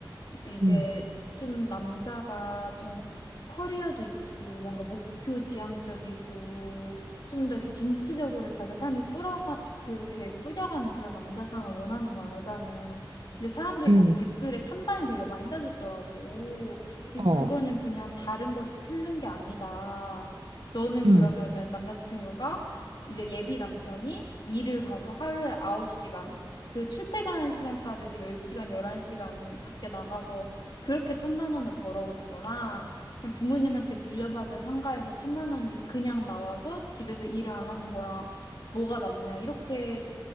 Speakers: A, on the left; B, on the right.
A: 이제
B: 응
A: 좀 남자가 좀 커리어도 있고 뭔가 목표 지향적이고 좀 더 이렇게 진취적으로 자기 삶을 끌어가 그렇게 꾸려가는 그런 남자상을 원하는 거야 여자는. 근데 사람들이
B: 응
A: 거기 댓글에 찬반이 되게 많이 달렸더라고. 그래서
B: 어,
A: 그거는 그냥 다른 거지 틀린 게 아니다. 너는 그러면은
B: 응
A: 남자친구가 이제 예비 남편이 일을 가서 하루에 9시간 그 출퇴근하는 시간까지 해서 10시간, 11시간 밖에 나가서 그렇게 천만 원을 벌어오는 거랑 그냥 부모님한테 물려받은 상가에서 천만 원이 그냥 나와서 집에서 일을 안 하는 거랑 뭐가 낫냐 이렇게